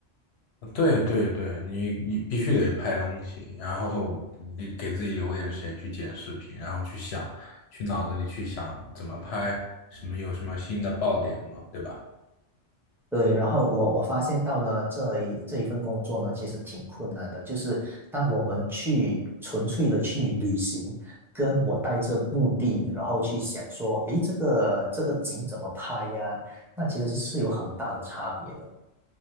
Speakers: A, on the left; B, in the centre.
A: 对对对，你你必须得拍东西，然后你给自己留点时间去剪视频，然后去想，去脑子里去想怎么拍，什么有什么新的爆点嘛，对吧？
B: 对，然后我我发现到呢，这一这一份工作呢，其实挺困难的。就是当我们去纯粹的去旅行，跟我带着目的，然后去想说，诶，这个这个景怎么拍呀？那其实是有很大的差别的。